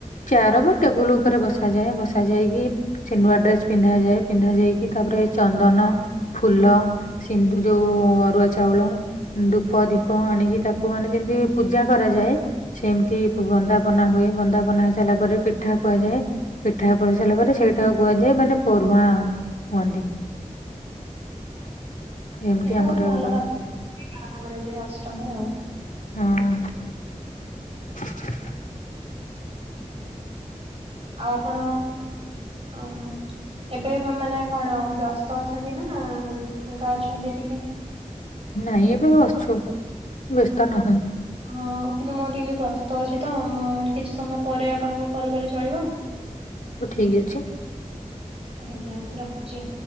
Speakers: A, on the left; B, on the right.
A: ଚେୟାର ବା ଟେବୁଲ ଉପରେ ବସାଯାଏ ବସ ଶା ଯାଇକି ସେ ନୁଆ ଡ୍ରେସ ପିନ୍ଧା ଯାଏ ପିନ୍ଧା ଯାଇକି ତାପରେ ଚନ୍ଦନ ଫୁଲ ସିନ୍ଧୁ ଯଉ ଅରୁୁଆ ଚାଉଳ। ଧୂପ ଦିପ ଆଣିକି ତାକୁ ମାନେ ଯେମିତି ପୂଜା କରାଯାଏ। ସେମତି ବନ୍ଦାପନା ହୁଏ ବନ୍ଦାପନା ହେଇ ସାରିଲା ପରେ ପିଠା କୁହାଯାଏ। ପିଠା କରିସାରିଲା ପରେ ସେଇଟାକୁ କୁହାଯାଏ ମାନେ ପରୁଆଁ ହୁଅନ୍ତି। ଏମିତି
B: ବହୁତ
A: ଆମର
B: ଭଲ
A: ହୁଏ
B: ଭାବରେ ପାଳନ କରାଯାଏ ଅଷ୍ଟମୀ ଆଉ।
A: ହୁଁ। <unintelligible>
B: ଆଉ ଆପଣ ଆଁ। ଏବେ ମାନେ କଣ ବ୍ୟସ୍ତ ଅଛନ୍ତି ନା ଫାଙ୍କା ଅଛନ୍ତି ଟିକେ?
A: ନାଇଁ ଏବେ ବସଛୁ ବ୍ୟସ୍ତ ନାହୁଁ।
B: ହଁ କିନ୍ତୁ ମୁଁ ଟିକେ ବ୍ୟସ୍ତ ଅଛି ତ ମୁ କିଛି ସମୟ ପରେ ଆପଣଙ୍କୁ କଲ୍ କଲେ ଚଳିବ?
A: ହଉ ଠିକ୍ ଅଛି।
B: ଆଜ୍ଞା, ରଖୁଛି।